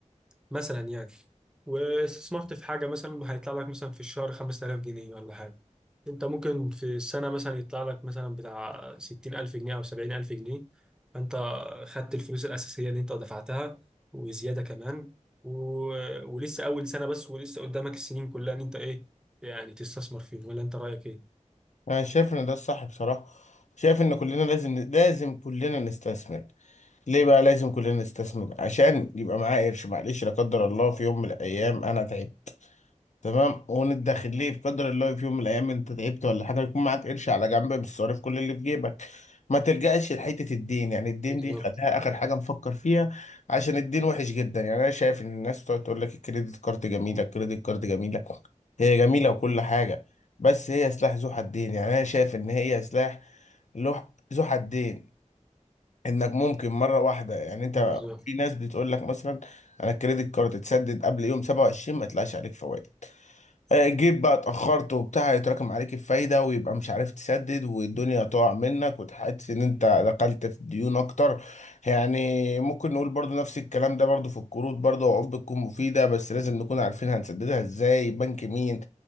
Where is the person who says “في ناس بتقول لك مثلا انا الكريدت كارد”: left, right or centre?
Left